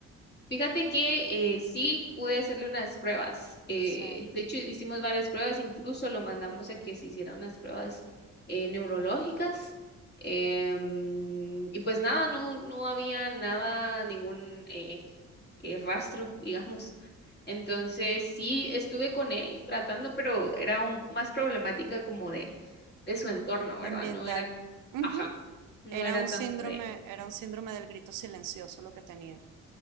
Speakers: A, on the left; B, on the right.
A: Fíjate que eh, sí pude hacerle unas pruebas. eh,
B: Sí,
A: de hecho, hicimos varias pruebas, incluso lo mandamos a que se hicieran unas pruebas eh, neurológicas. em, y pues nada, no, no había nada, ningún eh, eh, rastro, digamos. Entonces sí estuve con él tratando, pero era un- más problemática como de, de su entorno, ¿verdad?
B: ambiental.
A: No era,
B: Ujú,
A: ajá, no
B: Era
A: era
B: un
A: tanto
B: síndrome, era un síndrome del grito silencioso lo que tenía.